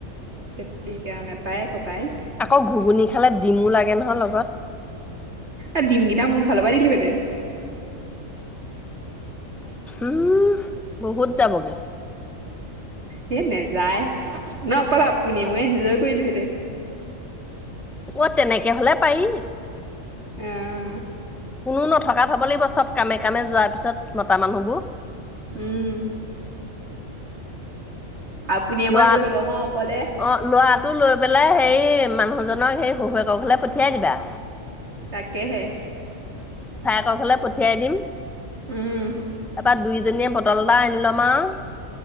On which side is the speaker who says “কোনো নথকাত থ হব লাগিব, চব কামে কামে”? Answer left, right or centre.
Centre